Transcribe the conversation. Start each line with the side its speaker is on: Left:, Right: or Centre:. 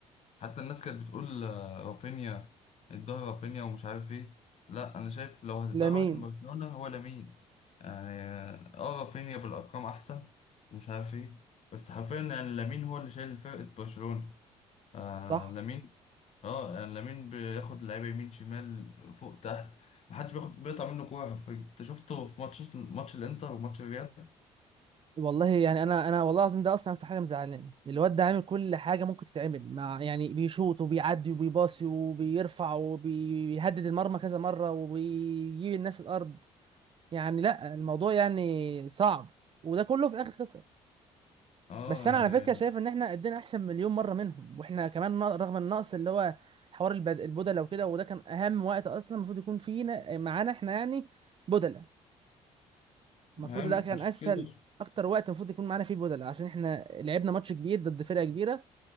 Left: حتى الناس كانت بتقول آه، رافينيا الظهر رافينيا ومش عارف ايه لا أنا شايف لو هتديها
Right: لامين
Left: لواحد من برشلونة هو لامين يعني اه آه، رافينيا بالأرقام أحسن ومش عارف ايه بس حرفيا يعني لامين هو اللي شايل فرقة برشلونة آه
Right: صح
Left: لامين اه يعني لامين بياخد لعيبه يمين شمال فوق تحت محدش بياخد بيقطع منه كوره حرفيا انت شفته في ماتش ماتش الانتر وماتش الريال
Right: والله يعني انا انا والله العظيم ده اصلا اكتر حاجه مزعلاني الواد ده عامل كل حاجه ممكن تتعمل مع يعني بيشوط وبيعدي وبيباصي وبيرفع وبيهدد المرمى كذا مره وبيجيب الناس الارض يعني لا الموضوع يعني صعب وده كله في الاخر خسر
Left: اه
Right: بس انا
Left: يعني
Right: على فكره شايف ان احنا قدنا احسن مليون مره منهم واحنا كمان ن- رغم النقص اللي هو حوار البد- البدله وكده وده كان اهم وقت اصلا المفروض يكون فينا معانا احنا يعني بدله المفروض
Left: ما هي مشكله
Right: ده كان اسهل
Left: برش-
Right: اكتر وقت المفروض يكون معانا فيه بدلة عشان احنا لعبنا ماتش كبير ضد فرقه كبيره